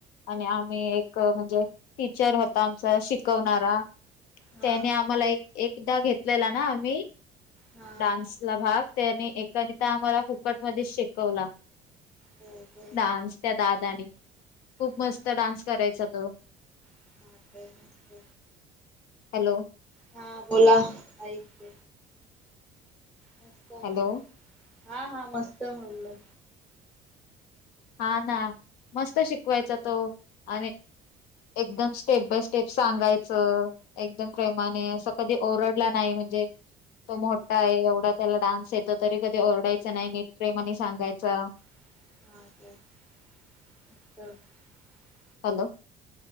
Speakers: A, on the left; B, in the centre.
A: आणि आम्ही एक म्हणजे टीचर होता आमचा शिकवणारा
B: हा
A: त्याने आम्हाला एक एकदा घेतलेला ना आम्ही
B: हा
A: डान्सला भाग त्याने एकनेिता आम्हाला फुकटमध्येच शिकवला
B: हो काय
A: डानस त्या दादा आणि खूप
B: हा
A: मस्त डान्स करायचा तो
B: हा काय मस्त
A: हॅलो
B: हा बोला ऐक मस्त
A: हॅलो
B: म हा हा मस्त म्हणलं
A: हा ना मस्त शिकवायचा तो आणि एकदम स्टेप बाय स्टेप सांगायचं एकदम प्रेमाने असं कधी ओरडला नाही म्ह म्हणजे तो मोठा आहे एवढा त्याला डान्स येत तरी कधी ओरडायच नाही नीट प्रेम आणि सांगायचा
B: ह
A: हॅलो